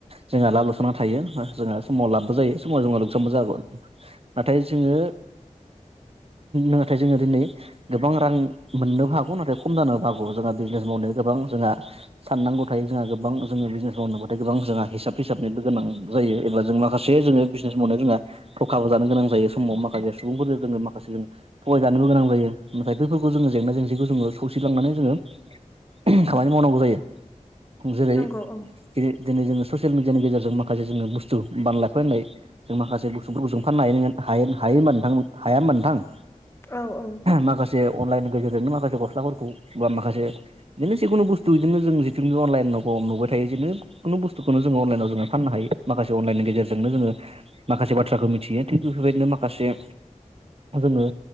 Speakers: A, on the right (about 45°); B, on the left (about 20°).
A: जोंहा लाब लस'ना थायो जोङो समाव लाबबो जायो समाव जोङो लुखसाबबो जागोन नाथाय जोङो नाथाय जोङो दिनै गोबां रां मोननोबो हागौ नाथाय खम जानोबो हागौ जोंहा बिजनेस मावनायावा गोबां जोंहा साननांगौ थायो जोंहा गोबां जोङो बिजनेस मावनोबा गोबां जोंहा हिसाब फिसाबनो गोनां जायो एबा जों माखासे जोङो बिजनेस मावनाय जोंहा थखाबो जानो गोनां जायो समाव माखासे सुबुंफोरजों जोङो माखासे जों थगायजानोबो गोनां जायो नाथाय बेफोरखौ जोङो जेंना जेंसिखौ जोङो सौसिलांनानै जोङो उहम खामानि मावनांगौ जायो जेरै
B: नंगौ औ
A: दि दिनै जोङो ससियेल मिडियानि गेजेरजों माखासे जोङो बुस्थु बानलाय फानलायो जों माखासे बुसुफोरखौ जों फाननो हायो हायो हायो होमबा नोथां हाया होमबा नोंथां
B: औ औ ओं
A: माखासे अनलाइननि गेजेरजोंनो माखासे गस्लाफोरखौ बा माखासे बिदिनो जिखुनु बुस्थु बिदिनो जों जिथुनि अनलाइन नुबाय थायो बिदिनो खुनु बुस्थुखौनो जोङो अनलाइनाव जोङो फाननो हायो माखासे अनलाइननि गेजेरजोंनो जोङो माखासे बाथ्राखो मिथियो थिग बेफोरबायदिनो माखासे जोङो